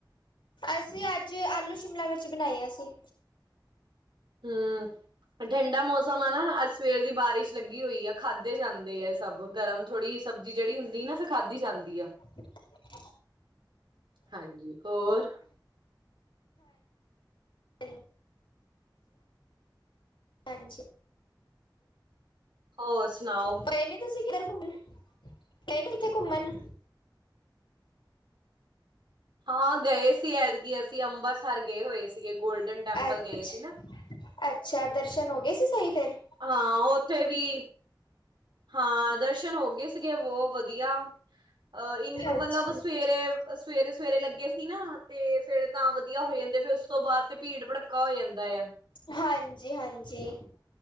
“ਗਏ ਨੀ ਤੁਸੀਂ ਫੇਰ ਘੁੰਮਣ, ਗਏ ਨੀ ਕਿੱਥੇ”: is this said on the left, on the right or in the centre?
Left